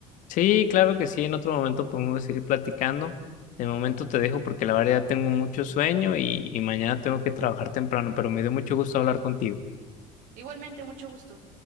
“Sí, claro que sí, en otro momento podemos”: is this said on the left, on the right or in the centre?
Left